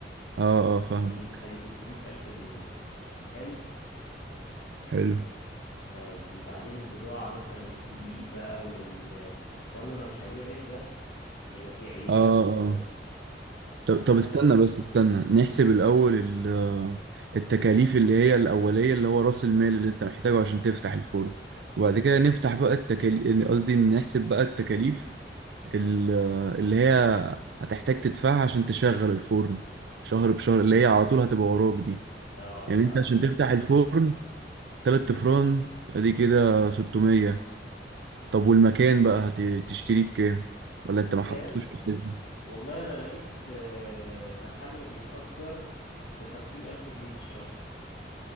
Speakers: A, on the right (about 75°); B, on the left (about 85°).
A: اه اه فاهم
B: ادي ادي 600 الف جنيه حلو
A: حلو
B: طيب وبعدين البضاعه مثلا الدقيق بقى وال برضه انا مش هبيع عيش بس هيبقى فيه عيش
A: اه اه
B: و
A: طب
B: مثلا
A: طب استنى
B: بقى
A: بس استنى نحسب الأول ال- التكاليف اللي هي الأولية اللي هو رأس المال اللي أنت محتاجه عشان تفتح الفرن وبعد كده نفتح بقى التكاليف قصدي نحسب بقى التكاليف ال- اللي هي هتحتاج تدفعها عشان تشغل الفرن شهر بشهر اللي هي على طول هتبقى وراك دي
B: اه
A: يعني
B: فهمتك
A: أنت عشان تفتح الفرن تلات أفران أدي كده 600 طب والمكان بقى هتشتريه بكام ولا
B: والمكان
A: أنت ما حطيتوش في الحسبة
B: والله انا لقيت آه، محل بيتأجر بخمسين الف جنيه في الشهر